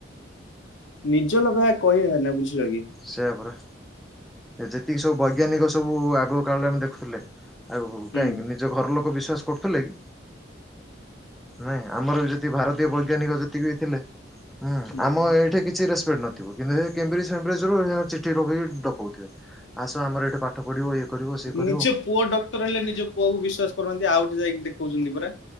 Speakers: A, on the left (about 80°); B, in the centre.
A: ନିଜ ଲଭ କହି ହଏ ନା ବୁଝିଲ କି
B: ସେୟଆ ପରା ଯେତିକି ସବୁ ଭ ବୈଜ୍ଞାନିକ ସବୁ ଆଗ କାଳରେ ଆମେ ଦେଖୁଥିଲେ ଆଉ
A: ହୁଁ
B: କାହିଁକି ନିଜ ଘର ଲୋକ ବିଶ୍ଵାସ କରୁଥିଲେ କି ନାଇଁ ଆମର ବି ଯଦି ଭାରତୀୟ ବ ବୈଜ୍ଞାନିକ ଯେତିକି ଥିଲେ ହୁଁ
A: ନାଇଁ
B: ଆମ ଏଇଠି କିଛି ନଥିବ କିନ୍ତୁ ଚିଠି ରଖେଇି ଡକଉଥିବେ ଆସ ଆମର ଏଠି ପାଠ ପଢିବ କରିବ ସିଏ କରିବ
A: ନିଜ ପୁଅ ଡକ୍ଟର ହେଲେ ନିଜ ପୁଅକୁ ବିଶ୍ାସ କରନ୍ତି ଆଉ ଗେ ଯାଇକି ଦେଖଉଛି। ପା